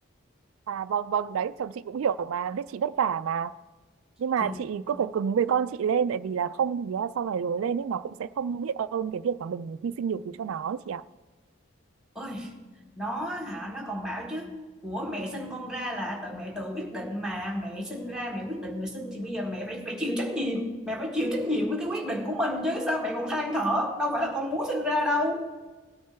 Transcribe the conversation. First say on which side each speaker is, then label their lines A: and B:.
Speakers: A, on the right; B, in the centre.
A: à vâng vâng đấy chồng chị cũng hiểu mà biết chị vất vả mà nhưng mà
B: thì
A: chị cứ phải cứng với con chị lên tại vì là không thì á, sau này lớn lên ấy nó cũng sẽ không biết ơn cái việc mà mình hy sinh nhiều thứ cho nó ấy chị ạ
B: ôi nó hả nó còn bảo chứ của mẹ sinh con ra là tự mẹ tự quyết định mà mẹ sinh ra mẹ quyết định mẹ sinh thì bây giờ mẹ phải phải chịu trách nhiệm mẹ phải chịu trách nhiệm với cái quyết định của mình chứ sao mẹ còn than thở đâu phải là con muốn sinh ra đâu